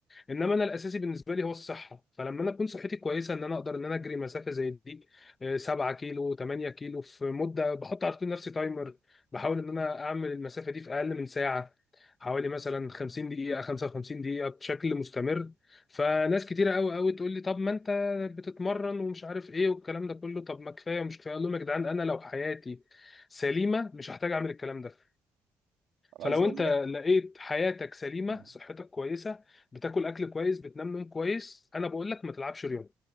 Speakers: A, on the left; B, on the right.
A: انما انا الاساسي بالنسبه لي هو الصحه فلما انا اكون صحتي كويسه ان انا اقدر ان انا اجري مسافه زي دي آه، 7 كيلو 8 كيلو في مده بحط على طول نفسي تايمر بحاول ان انا اعمل المسافه دي في اقل من ساعه حوالي مثلا 50 دقيقه 55 دقيقه بشكل مستمر فناس كتيره قوي قوي تقول لي طب ما انت بتتمرن ومش عارف ايه والكلام ده كله طب ما كفايه ومش كفايه اقول لهم يا جدعان انا لو حياتي سليمه مش هحتاج اعمل الكلام ده
B: انا
A: فلو
B: عايز اقول
A: انت
B: لك
A: لقيت حياتك سليمه
B: مم.
A: صحتك كويسه بتاكل اكل كويس بتنام نوم كويس انا بقول لك ما تلعبش رياضه